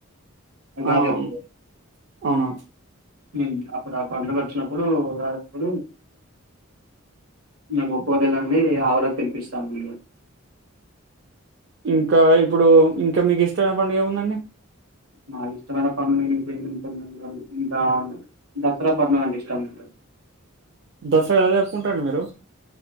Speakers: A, on the right (about 75°); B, on the right (about 55°).
A: ఉగాది
B: ఆమ్
A: అప్పుడు
B: అవును
A: ఉమ్ అప్పుడు ఆ పండుగ వచ్చినప్పుడు ఉగాది అప్పుడు మేం ఒక్కపొద్దులెండి ఆవులకి తినిపిస్తామండి
B: ఇంకా ఇప్పుడు ఇంకా మీకు ఇష్టమైన పండుగ ఏం ఉందండి
A: నాకు ఇష్టమైన పండుగ <unintelligible> ఇంకా దసరా పండుగ అంటే ఇష్టముంటది
B: దసరా ఎలా జరుపుకుంటారండి మీరు